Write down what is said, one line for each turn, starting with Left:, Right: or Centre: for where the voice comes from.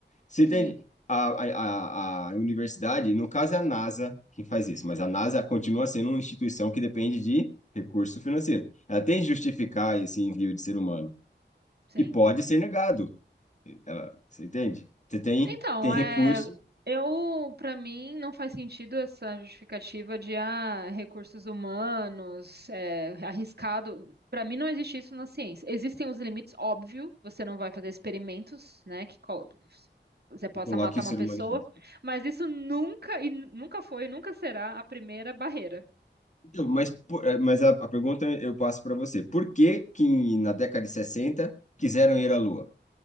Left: Você
Right: Sim,
Left: entende? A, a, a, a universidade, no caso é a NASA quem faz isso, mas a NASA continua sendo uma instituição que depende de recurso financeiro. Ela tem que justificar esse envio de ser humano
Right: sim.
Left: e pode ser negado. Ela, você entende? Você tem,
Right: Então,
Left: tem recurso
Right: é, eu, para mim, não faz sentido essa justificativa de ah, recursos humanos, é, arriscado. Para mim, não existe isso na ciência. Existem os limites, óbvio, você não vai fazer experimentos, né, que colo- você possa
Left: que coloca
Right: matar
Left: o
Right: uma
Left: ser
Right: pessoa,
Left: humano em risco.
Right: mas isso nunca e nunca foi, e nunca será a primeira barreira,
Left: Então, Mas, por- eh, mas a, a pergunta eu passo para você. Por que que na década de 60 quiseram ir à Lua?